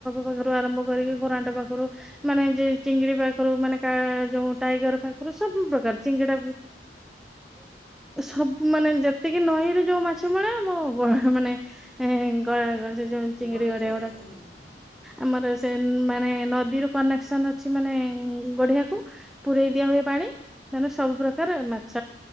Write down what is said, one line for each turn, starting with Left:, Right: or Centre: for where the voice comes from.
Centre: ପାଖରୁ ଆରମ୍ଭ କରି ଘରଣ୍ଟ ପାଖରୁ ମାନେ ଚିଙ୍ଗୁଡ଼ି ପାଖରୁ ମାନେ ଟାଇଗର ପାଖରେ ସବୁ ପ୍ରକାର ଚିଙ୍ଗଡା ସବୁ ମାନେ ଯେତିକି ନଈରେ ଯୋଉ ମାଛ ମିଳେ ଆମ ମାନେ ଗୋ ଚିଙ୍ଗଡି
Left: ଗଡିଆରେ
Centre: ଗଡିଆ
Left: ସେ
Centre: ଗୁଡା
Left: ସବୁ ମିଳେ।
Centre: ଆମର ସେ ମାନେ ନଦୀରୁ କନେକ୍ସନ ଅଛି ମାନେ ଗଢିଆକୁ ପରେଇ ଦିଆ ହୁଏ ପାଣି। ତାନେ ସବୁ ପ୍ରକାର ମାଛ